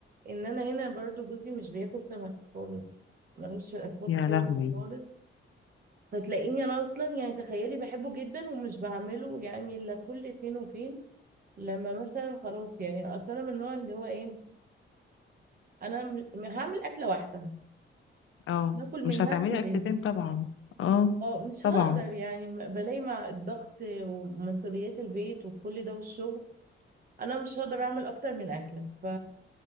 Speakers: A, on the right; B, on the left.
A: ان انا هنا برضو جوزي مش بياكل سمك خالص ملوش في الاسماك
B: يا
A: خالص
B: لهوي
A: خالص فتلاقيني انا اصلا يعني تخيلي بحبه جدا ومش بعمله يعني الا كل فين وفين لما مثلا خلاص يعني اصلا انا من النوع اللي هو ايه انا م- هعمل اكله واحده
B: اه
A: ناكل منها
B: مش هتعملي
A: كلنا
B: اكلتين طبعا اه
A: اه مش
B: طبعا
A: هقدر يعني م- بلاقي مع الضغط ومسؤوليات البيت وكل ده والشغل انا مش هقدر اعمل اكتر من اكله ف